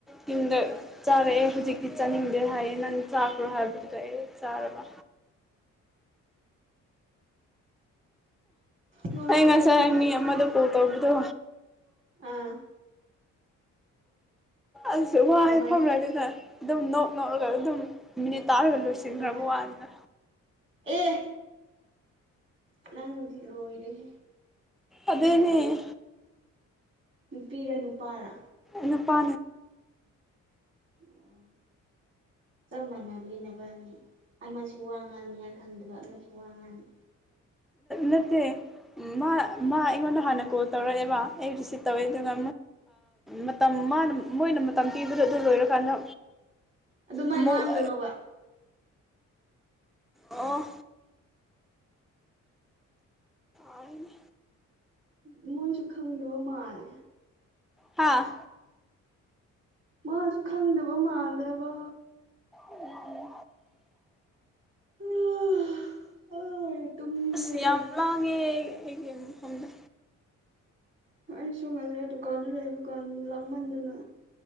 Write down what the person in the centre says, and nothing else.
ꯌꯨꯝꯗ ꯆꯥꯔꯛꯑꯦ ꯍꯧꯖꯤꯛꯇꯤ ꯆꯥꯅꯤꯡꯗꯦ ꯍꯥꯏ ꯅꯪ ꯆꯥꯈ꯭ꯔꯣ ꯍꯥꯏꯕꯗꯨꯗ ꯑꯩ ꯆꯥꯔꯕ
ꯑꯩ
ꯉꯁꯥꯏ
ꯃꯤ ꯑꯃꯗ ꯀꯣꯜ ꯇꯧꯕꯗꯣ
ꯑꯁꯨ ꯋꯥ
ꯍꯥꯏꯐꯝ ꯂꯩꯇꯨꯗꯦꯗ ꯑꯗꯨꯝ ꯅꯣꯛ ꯅꯣꯛꯂꯒ ꯑꯗꯨꯝ ꯃꯤꯅꯤꯠ ꯇꯥꯔꯒ ꯂꯣꯏꯁꯤꯟꯈ꯭ꯔꯕ
ꯋꯥꯅꯤꯗ
ꯑꯗꯨꯗꯅꯦ
ꯅꯨꯅꯤꯄꯥ
ꯅꯠꯇꯦ ꯃꯥ ꯃꯥ ꯑꯩꯉꯣꯟꯗ ꯍꯥꯟꯅ ꯀꯣꯜ ꯇꯧꯔꯛꯑꯦꯕ ꯑꯩ ꯔꯤꯁꯤꯞ ꯇꯧꯋꯦ ꯑꯗꯨꯒ ꯃꯇꯝ ꯃꯥꯅ ꯃꯣꯏꯅ ꯃꯇꯝ ꯄꯤꯕꯗ ꯑꯗꯨ ꯂꯣꯏꯔꯀꯥꯟꯗ
ꯑꯃꯨꯛ
ꯑꯣ ꯑꯅꯤ
ꯍꯥꯥ
ꯎꯝ
ꯑꯁ ꯌꯥꯝ ꯋꯥꯥꯡꯉꯦ ꯑꯩꯒꯤ ꯃꯐꯝꯗ